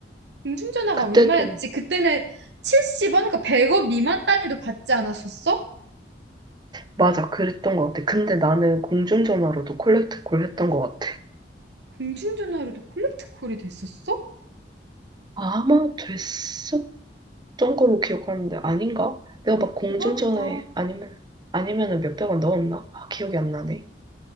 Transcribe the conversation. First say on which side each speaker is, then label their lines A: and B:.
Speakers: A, on the right (about 70°); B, on the right (about 25°).
A: 공중전화가
B: 그때도
A: 얼마였지? 그때는 70원, 그러니까 100원 미만 단위도 받지 않았었어?
B: 맞아 그랬던 것 같아. 근데 나는 공중전화로도 콜렉트콜 했던 것 같아.
A: 공중전화로도 콜렉트 콜이 됐었어?
B: 아마 됐었던 걸로 기억하는데 아닌가? 내가 막 공중전화에
A: 대박이다.
B: 아니면 아니면은 몇백 원 넣었나? 아, 기억이 안 나네.